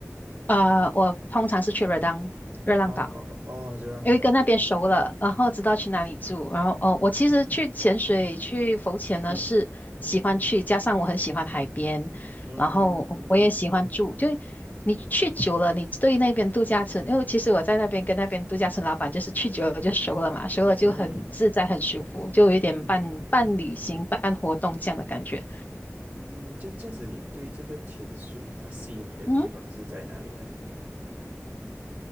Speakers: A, on the left; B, on the right.
A: 啊，我通常是去热浪热浪岛，
B: 哦哦哦，热浪岛，
A: 因为跟那边熟了，
B: 热浪。
A: 然后知道去哪里住。然后，哦，我其实去潜水、去浮潜呢是喜欢去，
B: 嗯
A: 加上我很喜欢海边，
B: 嗯
A: 然后我也喜欢住。就你去久了，你对那边度假村，因为其实我在那边跟那边度假村老板就是去久了就熟了嘛，熟了就很自在、
B: 嗯嗯
A: 很舒服，就有一点半半旅行、
B: 嗯
A: 半活动这样的感觉。
B: 嗯，这样这样子，你对这个潜水它吸引你的地方是在哪里呢？
A: 嗯。